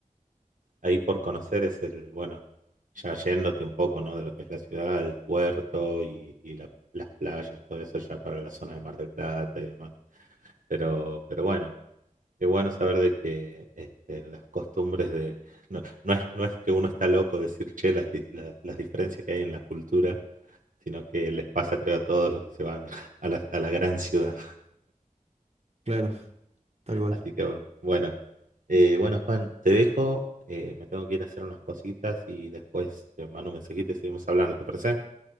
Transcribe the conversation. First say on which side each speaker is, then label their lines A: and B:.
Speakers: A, on the right; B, on the right.
A: ahí por conocer es el, bueno, ya yéndote un poco, ¿no? De lo que es la ciudad, el puerto y, y la- las playas, todo eso ya para la zona de Mar del Plata y demás. Pero, pero bueno, qué bueno saber de que este, las costumbres de... No, no es, no es que uno está loco decir, che, las, di- las, las diferencias que hay en la cultura, sino que les pasa, creo, a todos los que se van <laughs> a la, a la gran ciudad.
B: Claro, tal cual.
A: Así que bueno, Eh, bueno Juan, te dejo, eh, me tengo que ir a hacer unas cositas y después te mando un mensajito y seguimos hablando, ¿te parece?